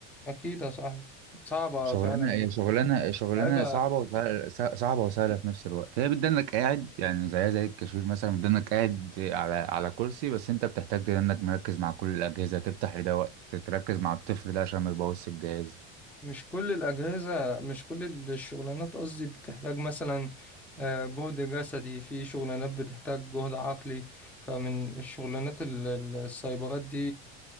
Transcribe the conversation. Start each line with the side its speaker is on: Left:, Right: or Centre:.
Centre: أكيد يا صاحبي صعبة
Right: شغلانه
Centre: فعلا
Right: هي شغلانه شغلانه
Centre: متعبة
Right: صعبه وسهله صعبه وسهله في نفس الوقت هي بتدنك قاعد يعني زيها زي الكاشير مثلا بتدنك قاعد على على كرسي بس انت بتحتاج انك مركز مع كل الاجهزه تفتح لده وقت تركز مع الطفل ده عشان ما يبوظش الجهاز
Centre: مش كل الأجهزة مش كل الشغلانات قصدي بتحتاج مثلا آه، جهد جسدي في شغلانات بتحتاج جهد عقلي فمن الشغلانات ال- ال- السايبرات دي